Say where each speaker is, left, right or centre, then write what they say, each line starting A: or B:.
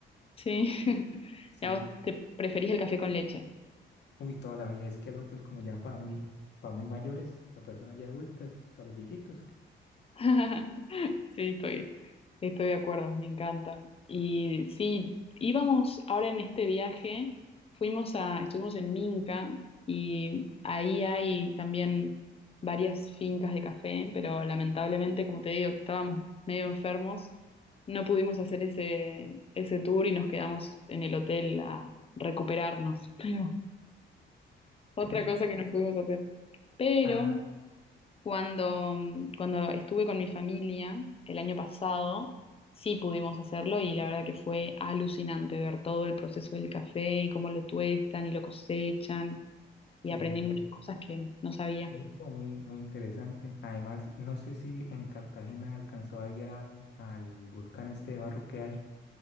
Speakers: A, on the left; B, on the left.
A: Sí. <laughs>
B: Sí,
A: ¿Y a vos te preferís el café con leche?
B: Uy, toda la vida es que el otro es como ya para muy, para muy mayores, para personas ya adultas, para los viejitos.
A: <laughs> Sí, estoy, estoy de acuerdo, me encanta. Y sí, íbamos ahora en este viaje, fuimos a, estuvimos en Minca y ahí hay también varias fincas de café, pero lamentablemente, como te digo, que estábamos medio enfermos, no pudimos hacer ese, ese tour y nos quedamos en el hotel a recuperarnos. <laughs> Pero otra
B: <laughs>
A: cosa que no pudimos hacer. Pero
B: Ah,
A: cuando, mm, cuando estuve con mi familia el año pasado, sí pudimos hacerlo y la verdad que fue alucinante ver todo el proceso del café y cómo lo tuestan y lo cosechan y
B: sí,
A: aprendí
B: creo
A: muchas
B: que-
A: cosas que no sabía.
B: creo muy, muy interesante. Además, no sé si en Cartagena alcanzó a ir al, al volcán este de barro que hay.